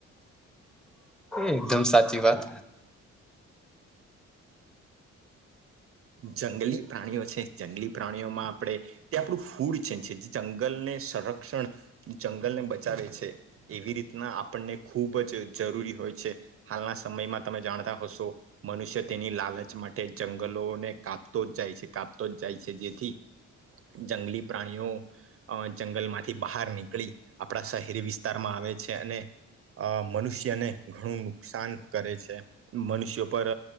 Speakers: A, in the centre; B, on the right.
A: એકદમ સાચી વાત.
B: જંગલી પ્રાણીઓ છે. જંગલી પ્રાણીઓમાં આપણે તે આપણું ફૂડ છે છે. જંગલને સંરક્ષણ જંગલને બચાવે છે. એવી રીતના આપણને ખૂબ જ જરૂરી હોય છે. હાલના સમયમાં તમે જાણતા હશો. મનુષ્ય તેની લાલચ જ માટે જંગલોને કાપતો જ જાય છે. કાપતો જ જાય છે. જેથી જંગલી પ્રાણીઓ અ જંગલ માંથી બહાર નીકળી આપણા શહેરી વિસ્તારમાં આવે છે. અને અ મનુષ્યને ઘણું નુકસાન કરે છે. મનુષ્યો પર